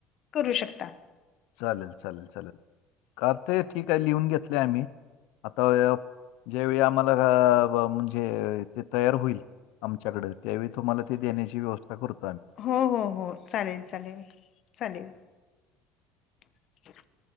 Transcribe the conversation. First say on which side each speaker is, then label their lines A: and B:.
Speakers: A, on the left (about 50°); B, on the left (about 75°).
A: करूं शकतां
B: चालेल चालेल चालेल करते ठीक आहे लिहूंन घेतले आम्हीं आंता ज्यांवेळी आम्हांला म्हणजे ते तयार होईल आमच्यांकडं त्यांवेळी तुम्हांला ते देण्यांची व्यवस्थां करतों
A: हो हो हो चालेल चालेल चालेल रिकां मां आहे